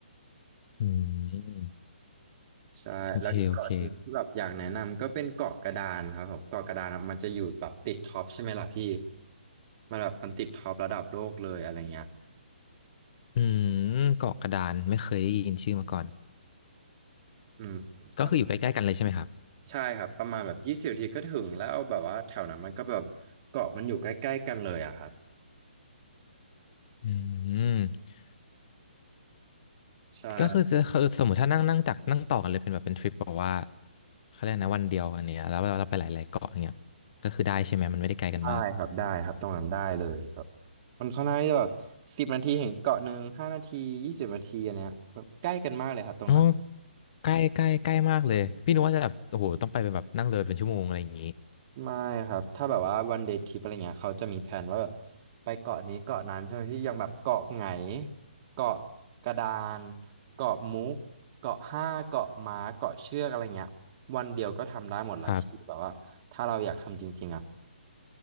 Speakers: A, on the left; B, on the right.
A: อืม
B: ใช่แล้วอีกเกาะหนึงที่แบบอยากแนะนำก็เป็นเกาะกระดานครับผมเกาะกระดานอะมันจะอยู่แบบติดท็อปใช่ไหมล่ะพี่
A: โอเคโอเค
B: มันแบบมันติดท็อประดับโลกเลยอะไรเงี้ย
A: อืมเกาะกระดานไม่เคยได้ยินชื่อมาก่อน
B: อืมต้อง
A: ก็คืออยู่ใกล้ๆกันเลยใช่ไหมครับ
B: ใช่ครับประมาณแบบยี่สิบนาทีก็ถึงแล้วแบบว่าแถวนั้นมันก็แบบเกาะมันอยู่ใกล้ๆกันเลยอะครับ
A: อืม
B: ใช่
A: ก็คือจะคือสมมติถ้านั่งนั่งจากนั่งต่อกันเลยเป็นแบบเป็นทริปบอกว่าเขาเรียกนะวันเดียวอันเนี้ยแล้วเราเราไปหลายๆเกาะอย่างเงี้ยก็คือได้ใช่ไหมมันไม่ได้ไกลกันมาก
B: ได้ครับได้ครับตรงนั้นได้เลยแบบมันค่อนข้างที่จะแบบสิบนาทีเหึงเกาะหนึ่งห้านาทียี่สิบนาทีอันเนี้ยแบบใกล้กันมากเลยครับตรงนั้น
A: อ๋อใกล้ใกล้ใกล้มากเลยพี่นึกว่าจะแบบโอ้โหต้องไปเป็นแบบนั่งเรือเป็นชั่วโมงอะไรอย่างงี้
B: ไม่ครับ ถ้าแบบว่าวันเด y t ทริปอะไรเงี้ยเขาจะมีแผนว่าแบบไปเกาะนี้เกาะนั้นใช่ไหมพี่อย่างแบบเกาะไหงเกาะกระดานเกาะมุกเกาะห้าเกาะม้าเกาะเชือกอะไรเงี้ยวันเดียวก็ทำได้หมดละพี่แบบว่าถ้าเราอยากทำจริงๆอ่ะ
A: ครับ